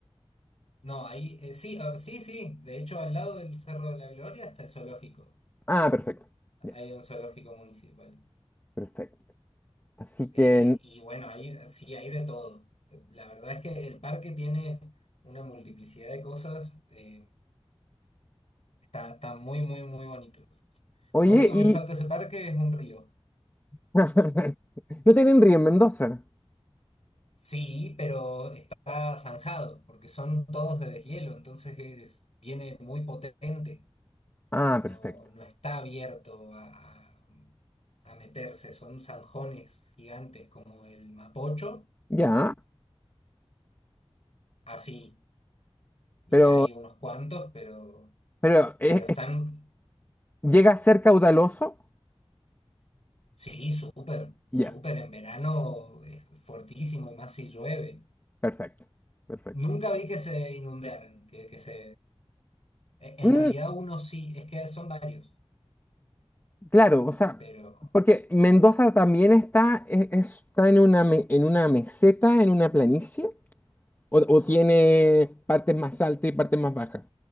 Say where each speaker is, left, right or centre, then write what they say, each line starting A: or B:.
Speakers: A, on the left; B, on the left.
A: No, ahí, eh, sí, ah, sí, sí. De hecho, al lado del Cerro de la Gloria está el zoológico.
B: Ah, perfecto. Ya,
A: Hay un zoológico municipal.
B: perfecto. Así
A: Eh,
B: que,
A: y bueno, ahí sí, hay de todo. La verdad es que el parque tiene una multiplicidad de cosas. eh, Está, está muy, muy, muy bonito.
B: oye,
A: Lo único que le falta
B: y
A: a ese parque es un río.
B: <laughs> no tienen río en Mendoza.
A: Sí, pero está zanjado, porque son todos de deshielo, entonces es- viene muy potente.
B: Ah,
A: No,
B: perfecto.
A: no está abierto a, a meterse, son zanjones gigantes como el Mapocho,
B: Ya,
A: así. Y
B: pero,
A: hay unos cuantos, pero,
B: pero eh,
A: pero están,
B: eh, llega a ser caudaloso.
A: sí, súper, súper
B: Ya,
A: en verano, es fortísimo, y más si llueve.
B: perfecto. Perfecto.
A: Nunca vi que se inundaran, que, que se E-
B: Mm,
A: En realidad uno sí, es que son varios,
B: Claro, o sea,
A: pero
B: porque Mendoza también está, e- es- está en una, me- en una meseta, en una planicie, o, o tiene partes más altas y partes más bajas.